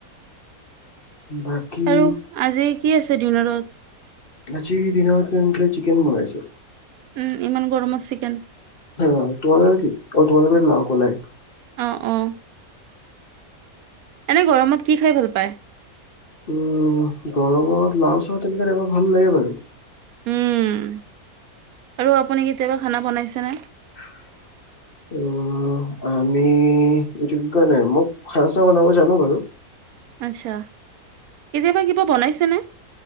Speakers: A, on the left; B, on the right.
A: বাকী।
B: আৰু আজি কি আছে ডিনাৰত।
A: আজি দিনত চিকেন বনাইছে।
B: উম, ইমান গৰমত চিকেন।
A: হা, তোমালোক কি অ', তোমালোক লাও কলাই।
B: অ', অ'। এনে গৰমত কি খাই ভাল পায়?
A: উম, গৰমত লাও চাও তেনেকুৱা টাইপৰ ভাল লাগে বাৰু।
B: উম আৰু আপুনি কেতিয়াবা খানা বনাইছেনে।
A: <inaudible> উম, আমি এইটো কি কোৱাই নাই মোক খাৰ চাৰ বনাব জানো বাৰু।
B: আচ্ছা, কেতিয়াবা কিবা বনাইছেনে।